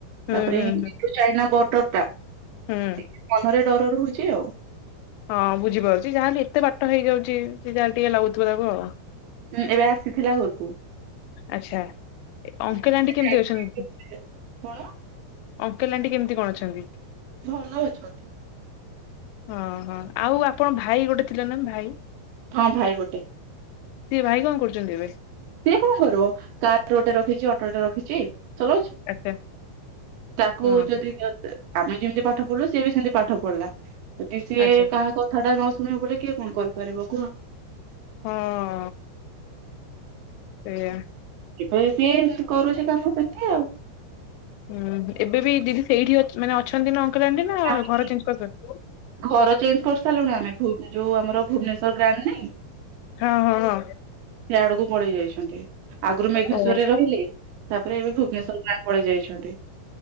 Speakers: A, on the left (about 85°); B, on the right (about 75°).
A: ହୁଁ
B: ତାପରେ
A: ହୁଁ ହୁଁ
B: ଚାଇନା ବଡରଟା ଟିକେ
A: ହୁଁ।
B: ମନରେ ଡର ରହୁଚି ଆଉ।
A: ହଁ ବୁଝିପାରୁଚି ଯାହେଲେ ଏତେ ବାଟ ହେଇଯାଉଚି ଯାହା ଟିକେ ଲାଗୁଥିବ ତାକୁ ଆଉ।
B: ଉଁ ଏବେ ଆସିଥିଲା ଘରକୁ।
A: ଆଚ୍ଛା ଏ ଅଙ୍କଲ
B: ଆସିଥିଲା
A: ଆଣ୍ଟି କେମିତି
B: ଯାଇଛି
A: ଅଛନ୍ତି?
B: କଣ
A: ଅଙ୍କଲ ଆଣ୍ଟି କେମିତି କଣ ଅଛନ୍ତି?
B: ଭଲ ଅଛନ୍ତି।
A: ହଁ ହଁ ଆଉ ଆପଣ ଭାଇ ଗୋଟେ ଥିଲା ନା ଭାଇ।
B: ହଁ ଭାଇ ଗୋଟେ।
A: ସିଏ ଭାଇ କଣ କରୁଚନ୍ତି ଏବେ?
B: ସିଏ କଣ କରିବ କାର ଗୋଟେ ରଖିଚି ଅଟୋଟେ ରଖିଚି। ଚଲୋଉଛି
A: ଆଚ୍ଛା
B: ତାକୁ
A: ହଁ
B: ଯଦି ଜ ଦେ ଆମେ ଯେମିତି ପାଠ ପଢଲୁ ସିଏ ବି ସେମିତି ପାଠ ପଢଲା ଯଦି ସିଏ
A: ଆଚ୍ଛା
B: କାହା କ ଥାଟା ନ ଶୁଣିବ ବୋଲି କିଏ କଣ କରିପାରିବ କୁହ?
A: ହଁ। ଏଇୟା।
B: କେବେଳେ ସିଏ ଏମତି କରୁଚି କାମ ସେଠି ଆଉ।
A: ଉଁ ହୁଁ ଏବେ ବି ଦିଦି ସେଇଠି ଅଛ୍ ମାନେ ଅଛନ୍ତି ନା ଅଙ୍କଲ ଆଣ୍ଟି ନା
B: ଆମେ
A: ଘର ଚେଣ୍ଜ କରଦେଲେ?
B: ଘର ଚେଞ୍ଜ କରିସାଇଲୁଣି ଆମେ ଭୁବ ଯୋଉ ଆମର ଭୁବନେଶ୍ଵର ଗ୍ରାଣ୍ଡ ନାଇଁ
A: ହଁ ହଁ ହଁ
B: ସେ ଆଡକୁ ପଳେଇ ଯାଇଛନ୍ତି। ଆଗରୁ ମେଘେଶ୍ଵରରେ
A: ଓହୋ
B: ରହିଲେ। ତାପରେ ଏବେ ଭୁବନେଶ୍ୱର ଗାଁ କୁ ପଳେଇଯାଇଛନ୍ତି।